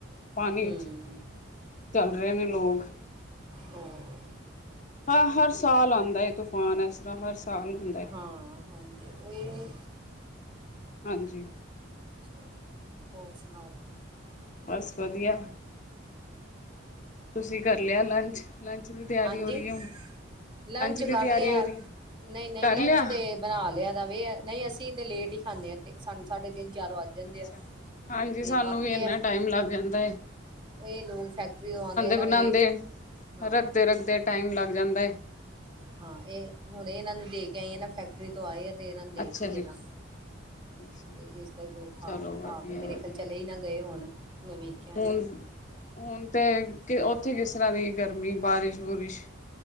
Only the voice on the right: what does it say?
ਹੂੰ
ਹੋਰ।
ਹਾਂ ਹਾਂਜੀ। ਉਹੀਓ ਈ
<unintelligible> ਹੋਰ ਸੁਣਾਓ
ਹਾਂਜੀ
ਲੰਚ
ਕਰ
ਲਿਆ
ਨਹੀਂ ਨਹੀਂ
ਲੰਚ
ਤੇ ਬਣਾ ਲਿਆ ਦਾ ਵੇ ਨਹੀਂ ਅਸੀਂ ਤੇ ਲੇਟ ਹੀ ਖਾਂਨੇ ਆਂ ਤੇ ਸਾਨੂੰ ਸਾਢੇ ਤਿੰਨ ਚਾਰ ਵੱਜ ਜਾਂਦੇ
ਆ
ਤੇ
ਬਾਕੀ
ਇਹ
ਇਹ ਲੋਕ ਫੈਕਟਰੀ ਤੋਂ ਆਂਦੇ ਆ ਨਾ
ਇਹ ਹਾਂ
ਹਾਂ ਇਹ ਹੁਣ ਇਹਨਾਂ ਨੂੰ ਦੇ ਕੇ ਆਈ ਆ ਨਾ ਫੈਕਟਰੀ ਤੋਂ ਆਏ ਆ ਨਾ ਤੇ ਇਹਨਾਂ ਨੂੰ ਦੇਤੀ
ਏ ਨਾ।
ਤੇ ਇਸ ਕਰਕੇ ਓਹ ਖਾ
ਖਾ ਕੇ ਮੇਰੇ
ਖਿਆਲ ਚਲੇ ਈ ਨਾ ਗਏ ਹੋਣ। ਮੈਂ ਵੇਖਿਆ
ਨਹੀਂ